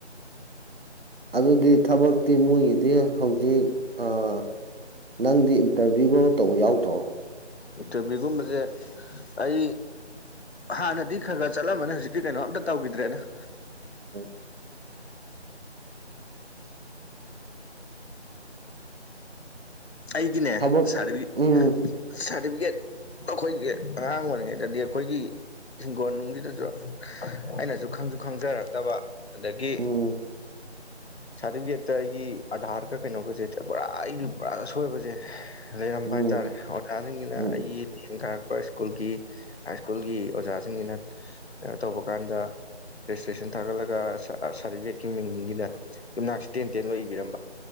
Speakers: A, on the right; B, on the left.
A: ꯑꯗꯨꯗꯤ ꯊꯕꯛꯇꯤ ꯃꯣꯏꯒꯤꯗꯤ ꯍꯧꯖꯤꯛ ꯑꯥ ꯅꯪꯗꯤ꯫ ꯏꯟꯇꯔꯚꯤꯌꯒꯨꯝꯕ ꯇꯧꯕ ꯌꯥꯎꯗ꯭ꯔꯣ꯫
B: ꯏꯟ ꯇꯤꯚꯤꯒꯨꯝꯕꯖꯦ ꯑꯩ ꯍꯥꯟꯅꯗꯤ ꯈꯔ ꯈꯔ ꯆꯠꯂꯝꯃꯅꯤ ꯍꯧꯖꯤꯛꯇꯤ ꯀꯩꯅꯣ ꯑꯝꯇ ꯇꯧꯈꯤꯗ꯭ꯔꯦꯅ
A: ꯑꯣ
B: ꯑꯩꯒꯤꯅꯦ
A: ꯊꯕꯛ
B: ꯁꯥꯔꯇꯤꯐꯤꯀꯦꯠ
A: ꯎꯝ
B: ꯑꯩꯈꯣꯏꯒꯤ ꯑꯉꯥꯡ ꯑꯣꯏꯔꯤꯉꯩꯗꯗꯤ ꯑꯩꯈꯣꯏꯒꯤ ꯍꯤꯡꯒꯣꯜ ꯅꯨꯡꯁꯤꯗꯁꯨ ꯑꯩꯅꯁꯨ ꯈꯪꯁꯨ ꯈꯪꯖꯔꯛꯇꯕ ꯑꯗꯒꯤ
A: ꯎꯝ
B: ꯁꯥꯔꯇꯤꯐꯤꯀꯦꯠꯇ ꯑꯩꯒꯤ ꯑꯙꯥꯔꯒ ꯀꯩꯅꯣꯒꯁꯦ ꯄꯨꯔꯥ ꯑꯩꯒꯤ ꯄꯨꯔꯥ ꯑꯁꯣꯏꯕꯁꯦ ꯂꯩꯔꯝꯕ
A: ꯎꯝ
B: ꯍꯥꯏꯇꯥꯔꯦ ꯑꯣꯖꯥꯁꯤꯡꯁꯤꯅ
A: ꯎꯝ
B: ꯑꯩꯒꯤ ꯇꯦꯟ ꯀꯥꯔꯛꯄ ꯁ꯭ꯀꯨꯜꯒꯤ ꯍꯥꯏ ꯁ꯭ꯀꯨꯜꯒꯤ ꯑꯣꯖꯥꯁꯤꯡꯁꯤꯅ꯫ ꯀꯩꯅꯣ ꯇꯧꯕ ꯀꯥꯟꯗ ꯔꯦꯖꯤꯁꯇ꯭ꯔꯦꯁꯟ ꯊꯥꯒꯠꯂꯒ ꯁꯥꯔꯇꯤꯐꯤꯀꯦꯠꯀꯤ ꯃꯤꯡꯒꯤꯗ꯫ ꯌꯨꯝꯅꯥꯛꯁꯤ ꯇꯦꯟ ꯇꯦꯟ ꯂꯩꯕꯤꯔꯝꯕ